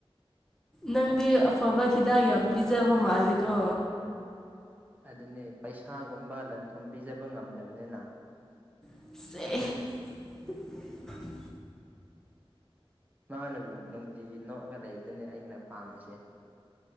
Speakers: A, in the centre; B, on the right.
A: ꯅꯪꯗꯤ ꯑꯐꯕ ꯍꯤꯗꯥꯛ ꯌꯥꯝ ꯄꯤꯖꯕ ꯃꯥꯜꯜꯂꯤꯀꯣ
B: ꯑꯗꯨꯅꯤ ꯄꯩꯁꯥꯒꯨꯝꯕ ꯂꯟ ꯊꯨꯝ ꯄꯤꯖꯕ ꯉꯝꯗꯕꯅꯤꯅ
A: ꯁꯦ
B: ꯃꯥꯅꯕꯨ ꯅꯨꯡꯇꯤꯒꯤ ꯅꯣꯛꯑꯒ ꯂꯩ ꯗꯅꯦ ꯑꯩꯅ ꯄꯥꯝꯃꯤꯁꯦ